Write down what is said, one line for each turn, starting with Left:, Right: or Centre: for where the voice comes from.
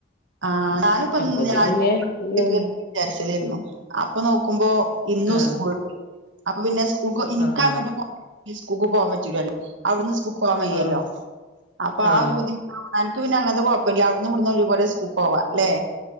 Right: ആഹ് ഞാനുപ്പന്ന്
Left: അപ്പൊത്തിന്
Right: ഞാനും
Left: ഇഞ്ഞ്
Right: പോണോന്ന്
Left: നിന്ന്
Right: <unintelligible> വിചാര്ച്ചെതെര്ന്നു. അപ്പൊ നോക്കുമ്പോ ഇന്നും
Left: ആഹ്
Right: സ്കൂൾണ്ട്. അപ്പൊ പിന്നെ സ്കൂക്ക് ഇൻക്കങ്ങണ്ട്
Left: ആഹ്
Right: പോ സ്ക്കൂക് പോവാൻ കജൂലല്ലോ. അവ്ട്ന്ന് സ്ക്കൂക് പോവാൻ വയ്യല്ലോ
Left: ആഹ്
Right: അപ്പോ
Left: ആഹ്
Right: ആ ഒര് ബുദ്ധിമു അൻക്ക് പിന്നെ അങ്ങൻത്തെ കൊഴപ്പല്ല്യ അവ്ട്ന്നും ഇവട്ന്നും ഒരുപോലെ സ്ക്കൂക്കോവാ ല്ലെ.